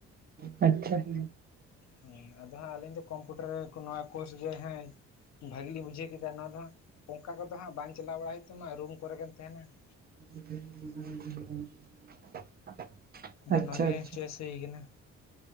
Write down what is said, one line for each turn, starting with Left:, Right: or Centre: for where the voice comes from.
Right: ᱟᱪᱪᱷᱟ ᱾
Left: ᱦᱮᱸ ᱟᱫᱚ ᱦᱟᱸᱜ ᱟᱹᱞᱤᱧ ᱫᱚ ᱠᱚᱢᱯᱩᱴᱟᱨ ᱠᱚ ᱱᱚᱣᱟ ᱠᱳᱨᱥ ᱜᱮ ᱦᱮᱸ ᱼᱼ ᱵᱷᱟᱹᱜᱤ ᱞᱤᱧ ᱵᱩᱡᱷᱟᱹᱣ ᱠᱮᱫᱟ ᱾ ᱱᱚᱣᱟ ᱫᱚ ᱦᱟᱸᱜ ᱚᱱᱠᱟ ᱠᱚ ᱫᱚ ᱦᱟᱸᱜ ᱵᱟᱝ ᱪᱟᱞᱟᱣ ᱵᱟᱲᱟ ᱦᱩᱭᱩᱜ ᱛᱟᱢᱟ, ᱨᱩᱢ ᱠᱚᱨᱮ ᱜᱮᱢ ᱛᱟᱦᱮᱱᱟ ᱾
Right: <unintelligible> <inaudible>
Left: ᱟᱫᱚ
Right: ᱟᱪᱪᱷᱟ
Left: ᱚᱱᱟ ᱜᱮ
Right: ᱟᱪᱪᱷᱟ
Left: ᱪᱚᱭᱮᱥ ᱦᱩᱭ ᱠᱟᱱᱟ